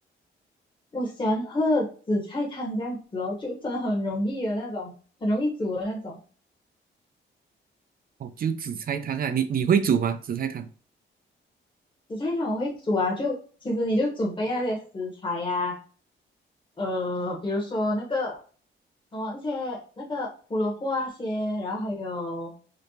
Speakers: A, on the left (about 25°); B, on the right (about 45°).
A: 我喜欢喝紫菜汤这样子哦，就真的很容易的那种，很容易煮的那种
B: 哦，就紫菜汤啊，你你会煮吗？紫菜汤？
A: 紫菜汤。我会煮啊，就其实你就准备那些食材呀、啊呃，比如说那个什么那些那个胡萝卜啊些，然后还有